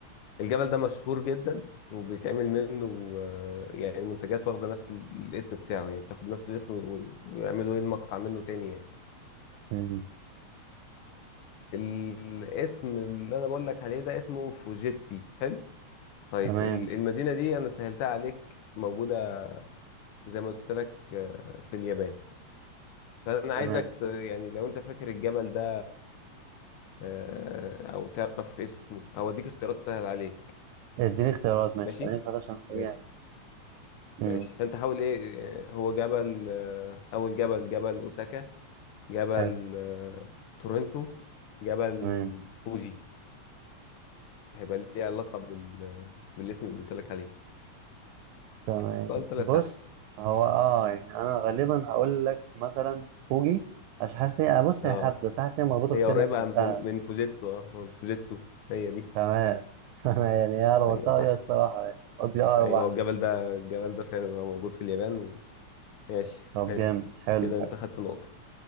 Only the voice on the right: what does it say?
امم
تمام
تمام
اديني اختيارات ماشي
خليني اختار عشان ايه
يعني امم
حلو
تمام
تمام
بص
هو اه يعني انا غالبا هقول لك مثلا فوجي عشان حاسس إني- انا بص
هي هبدا بس حاسس ان هي مربوطه
بالكلمه
اللي انت قلتها
تمام <laughs> انا يعني يا ربطتها
ويا الصراحه يعني قلت لي اقرب
واحده
طب
جامد حلو
حلو